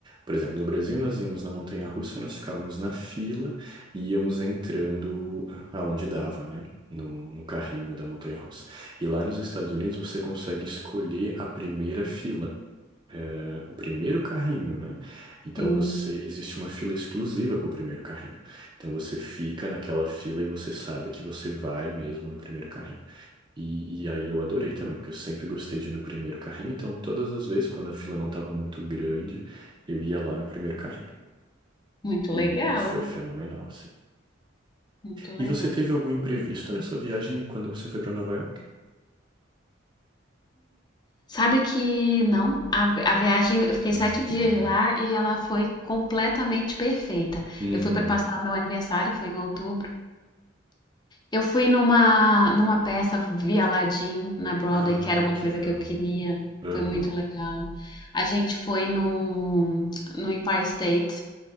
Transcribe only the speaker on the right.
por exemplo, no Brasil nós íamos na montanha-russa, nós ficávamos na fila e íamos entrando aonde dava, né? No, no carrinho da montanha-russa. E lá nos Estados Unidos você consegue escolher a primeira fila. é, o primeiro carrinho, né? Então
você existe uma fila exclusiva para o primeiro carrinho. Então você fica naquela fila e você sabe que você vai mesmo no primeiro carrinho. E, e aí eu adorei também, porque eu sempre gostei de ir no primeiro carrinho. Então todas as vezes quando a fila não estava muito grande, eu ia lá no primeiro carrinho.
E,
e foi fenomenal, assim.
E você teve algum imprevisto nessa viagem quando você foi para Nova York?
Ah,
que
bom, né?
Uhum.
Ah,
que
legal.
Aham.